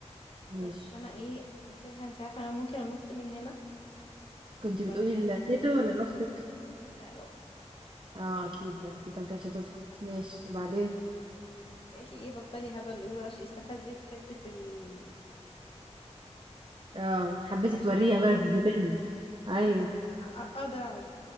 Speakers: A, on the right; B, on the left.
A: ماشي
B: بس فأنا إيه قلت لها أنت عارفة أنا ممكن أنط من هنا
A: كنت
B: البلكونة
A: بتقولي لتيتا
B: يعني
A: ولا لأختك؟
B: لا لأختي
A: اه اكيد ما تيتا ما كانتش هتسكت ماشي وبعدين
B: قالت لي إيه بطلي هبل إيه بقى استفزت حتة ال-
A: اه حبيتي
B: الأكشن
A: توريها
B: اللي جوايا
A: بقى تثبتلها ايوه
B: بالظبط لا أنا أ- أقدر أعملها